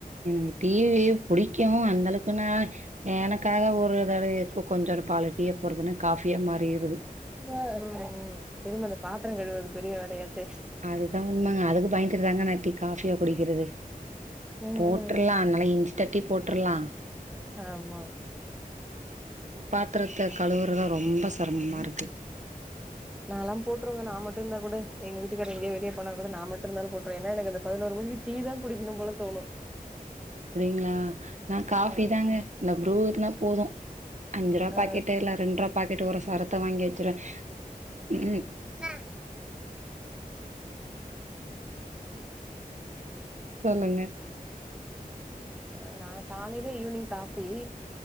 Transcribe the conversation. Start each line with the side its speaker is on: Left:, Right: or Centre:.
Right: எனக்கு டி வி யே புடிக்கும் அந்த அளவுக்கு நா எனக்காக ஒரு தடவ எதுக்கு கொஞ்சோண்டு பால்ல டீய போட்றதுன்னா காஃபியா மாறிருது
Centre: திரும்ப ம் ம் திரும்ப அந்த பாத்திரம் கழுவுறது பெரிய வேலையாச்சே
Right: அது தான் உண்மங்க அதுக்கு பயந்துட்டு தாங்க நா டீ காஃபியா குடிக்கிறது
Centre: ம்
Right: போட்டுர்லாம்
Centre: ம் ம்
Right: நல்லா இஞ்சி தட்டி போட்டுர்லாம்
Centre: ஆமா
Right: டீ பாத்திரத்த கழுவுறது தான் ரொம்ப செரமமா இருக்கு
Centre: நான்லாம் போட்டுருவேங்க நான் மட்டும் இருந்தாக் கூட எங்க வீட்டுக்காரர் எங்கேயா வெளியே போனாக் கூட நான் மட்டும் இருந்தாலும் போட்டுருவேன் ஏன்னா எனக்கு அந்த பதினோரு மணிக்கு டீ தான் குடிக்கணும் போலத் தோணும்
Right: அப்பிடிங்களா நான் காஃபி
Centre: ஆமா
Right: தாங்க இந்த ப்ரூ இருந்தாப் போதும் அஞ்சு ரூவாப் பாக்கெட்டு
Centre: ஆ
Right: இல்ல ரெண்டு ரூவாப் பாக்கெட்டு ஒரு சரத்த வாங்கி வச்சிருவேன் உ உம்
Centre: ஆ
Right: சொல்லுங்க
Centre: அஹ் நான் காலையிலே ஈவினிங் காஃபி